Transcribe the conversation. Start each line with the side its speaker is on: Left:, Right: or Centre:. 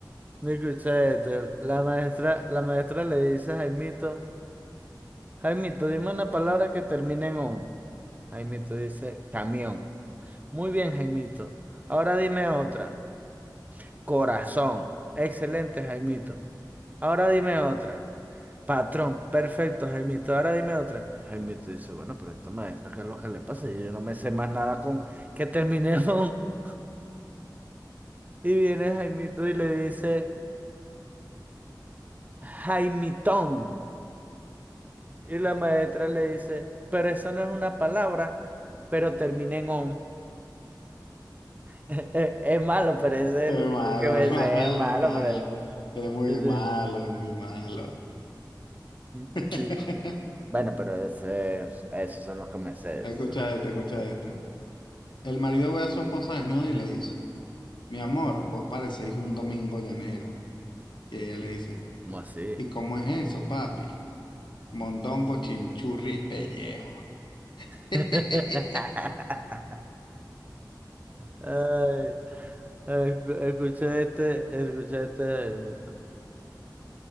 Right: No escuché esto. La maestra, la maestra le dice a Jaimito, Jaimito, dime una palabra que termine en on. Jaimito dice, camión. Muy bien, Jaimito. Ahora dime otra. Corazón. Excelente, Jaimito. Ahora dime otra. Patrón, perfecto, Jaimito. Ahora dime otra. Jaimito dice, bueno, pero esta maestra, ¿qué es lo que le pasa? Yo no me sé más nada con que terminemos. <laughs> Y viene Jaimito y le dice, Jaimitón. Y la maestra le dice, pero eso no es una palabra, pero termina en on. <laughs> Es es malo, pero ese
Left: Es
Right: es el único
Left: malo,
Right: que me sé.
Left: malo,
Right: Es malo,
Left: malo.
Right: pero ese.
Left: Es muy
Right: ese-
Left: malo, muy malo.
Right: mm,
Left: <laughs>
Right: sí. Bueno, pero ese, esos son los que me sé.
Left: Escucha
Right: esos Son los que...
Left: este, escucha este. El marido ve a su esposa desnuda y le dice, mi amor, vos parecéis un domingo llanero. Y ella le dice,
Right: ¿Cómo así?
Left: ¿y cómo es eso, papi? Mondongo, chinchurria y pellejo.
Right: <laughs>
Left: <laughs>
Right: Ay, escu- escuché este, escuché este, de Jaimito.